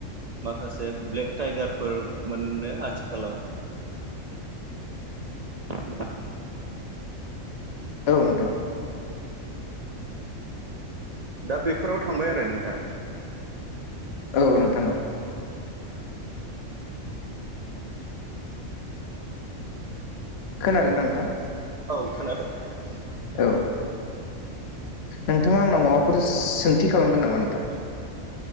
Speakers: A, on the right; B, on the left.
A: माखासे ब्लेक टाइगार फोर मोननो आथिखालाव ना होमबा
B: नोंथां
A: दा बेफोराव थांबाय आरो नोंथां।
B: औ नोंथां औ खोनादों ना नोंथां?
A: औ खोनादों नोंथां।
B: औ नोंथाङा आंनाव माबाफोर सोंथि खालामदों नामा नोंथां?